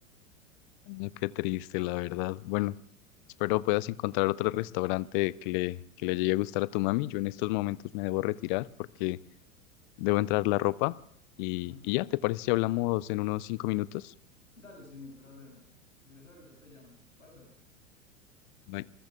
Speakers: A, on the left; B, on the left.
A: Mm, Qué triste, la verdad. Bueno, espero puedas encontrar otro restaurante que le, que le llegue a gustar a tu mami. Yo en estos momentos me debo retirar porque debo entrar la ropa. Y,
B: Ajá.
A: y ya, ¿te parece si hablamos en unos cinco minutos?
B: Dale, sin no hay problema. Si quieres ahorita te llamo. Bye bye.
A: Bye.